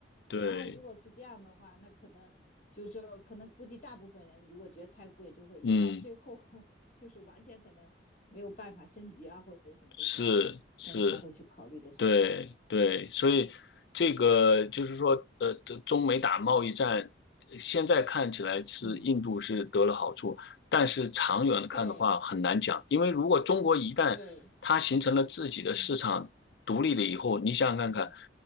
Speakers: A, on the left; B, on the left.
A: 对，
B: 然后如果是这样的话，那可能就是说，可能估计大部分人如果觉得太贵，就会用到最后，
A: 嗯，
B: <laughs> 就是完全可能没有办法升级啊，或者什么的时候，
A: 是是。
B: 可能才会去考虑的升级。
A: 对对，所以这个就是说，呃，中美打贸易战，呃现在看起来是印度是得了好处，
B: 嗯，
A: 但是长远看的话很难讲，
B: 对
A: 因为如果中国一旦它形成了自己的市场独立了以后，
B: 对，嗯，
A: 你想想看看，
B: 是